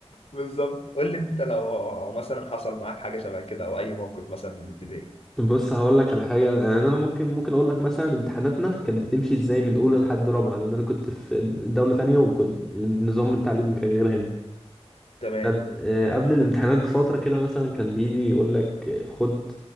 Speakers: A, on the left (about 65°); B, in the centre.
A: بالظبط قول لي انت لو مثلا حصل معاك حاجه شبه كده او اي موقف مثلا من الابتدائي
B: <laughs> بص هقول لك على حاجه يعني انا ممكن ممكن اقول لك مثلا امتحاناتنا كانت بتمشي ازاي من اولى لحد رابعه لان انا كنت في دوله تانية وكنت نظام التعليم كان غير هنا
A: تمام
B: كان آه، قبل الامتحانات بفتره كده مثلا كان بيجي يقول لك آه، خد